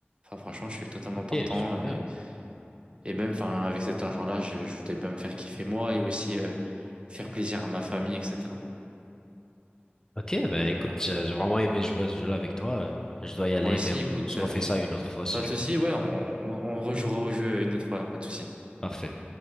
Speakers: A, on the right; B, on the left.
A: Enfin, franchement, je suis totalement partant.
B: Ok, super.
A: Et, et même, enfin, avec cet argent-là, je, je voudrais bien me faire kiffer moi et aussi euh, faire plaisir à ma famille, etc.
B: Ok, ben écoute,
A: Voilà.
B: j'ai j'ai vraiment aimé jouer à ce jeu-là avec toi. Je dois y aller,
A: Moi aussi,
B: mais on
A: écoute.
B: se refait
A: euh,
B: ça une autre fois si
A: Pas
B: tu
A: de souci,
B: veux.
A: ouais, on, on, on rejouera au jeu une autre fois, pas de souci.
B: Parfait.